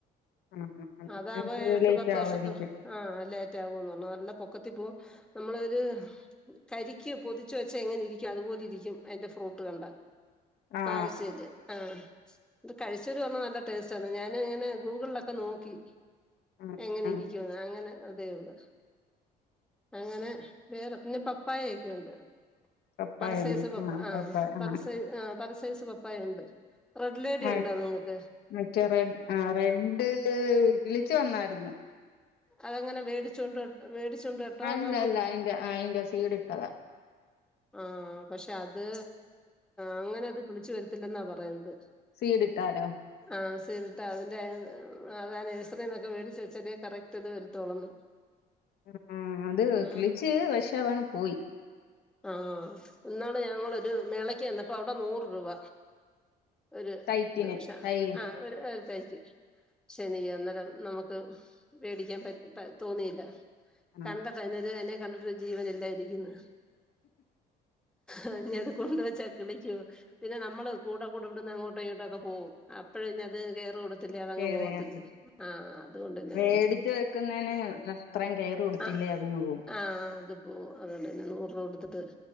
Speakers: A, on the left; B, in the centre.
A: <unintelligible>
B: അതാവുമ്പോ എട്ട്
A: ലൈറ്റ്
B: പത്ത് വർഷത്ത്
A: ആവായിരിക്യും
B: ആഹ് ലേറ്റ് ആവൂന്ന് പർഞ് നല്ല പൊക്കത്തി പോവും നമ്മള് ര് കരിക്ക് പൊതിച്ച് വെച്ചാ എങ്ങനെ ഇരിക്യും അതുപോലെ ഇരിക്യും അയിന്റെ ഫ്രൂട്ട് കണ്ടാ
A: ആ
B: കാഴ്ചത് ആഹ് ഇത് കഴിച്ചോരു പർഞ്ഞ് നല്ല ടെസ്റ്റ് ആന്ന് ഞാന് ഇങ്ങനെ ഗൂഗ്ൾലോക്കെ നോക്കി
A: ആ
B: എങ്ങനെ
A: ആ
B: ഇരിക്യുന്ന് അങ്ങനെ അതേ ഒള്ള് അങ്ങനെ വേറെ പിന്നെ പപ്പായെക്കെ ഒണ്ട്
A: പപ്പായണ്ട്.
B: പല സൈസ് പപ്പ ആഹ്
A: ആ പപ്പായ ആ
B: പല സൈ ആ പല സൈസ് പ പ്പായ ഇണ്ട് റെഡ് ലേഡി
A: ആ ആ,
B: ഇണ്ടോ നിങ്ങക്ക്
A: മറ്റേ റെ ആഹ് റെഡ് കിളിച് വന്നായിരിന്ന്
B: അത് എങ്ങനെ വേടിച്ചോണ്ട് ന വേടിച്ചൊണ്ട് നട്ടോ
A: അല്ല
B: അത് നമ്മള്
A: അല്ല അയിന്റെ അയിന്റെ സീഡ് ഇട്ടതാ
B: ആഹ് പക്ഷേ അത് അങ്ങനെ അത് കിളിച് വെരത്തില്ലന്നാ പറയുന്നത്
A: സീഡ് ഇട്ടാലോ
B: ആഹ് സീടിട്ടാല് അതിന്റെ ആ നേഴ്സറിന്ന് ഒക്കെ വേടിച്ച് വെച്ചാലെ കറക്റ്റ് അത് വെരത്തോള്ളന്ന്
A: ആ അത്
B: ഉം
A: കിളിച്ച് പക്ഷേ അത അങ്ങ് പോയി
B: ആഹ് ഇന്നാള് ഞങ്ങള് ഒരു മേളയ്ക്ക് വന്നപ്പോ അവിടെ നൂറ് രൂപ ഒരു
A: തൈക്കിന്
B: ദോഷ
A: തൈ
B: ആഹ് ഒരു കഴക്ക് ശനി അന്നേരം നമുക്ക് മേടിക്കാൻ പറ്റ പ തോന്നിയില്ല
A: ആ
B: കണ്ട <unintelligible> അയിനെ കണ്ടിട്ട് ജീവന് ഇല്ലായിരിക്ക്ന്ന് ആഹ് ഇഞ്ഞത് കൊണ്ട് വെച്ചാ കിളിക്കോ പിന്നെ നമ്മള് കൂടെ കൂടെ ഇവിടന്ന് അങ്ങോട്ടോ ഇങ്ങോട്ടോ ഒക്കെ പോവും അപ്പഴ് പിന്നെ അത് കേറ് കൊട് ത്തില്ലേ അതങ്ങ്
A: കേറയാ
B: പോവത്തില്ലേ ആഹ് അത് കൊണ്ട് അന്നെ
A: വേടിച്ച്
B: മേടിച്ചില്ല
A: വെക്കുന്നേന് അത്രയും കെയർ കൊടുത്തില്ലേ
B: ആഹ്
A: അതങ്ങ് പോവും.
B: ആഹ് അത് പ്പോ അതോണ്ടെന്നെ നോ കൊടുത്തിട്ട്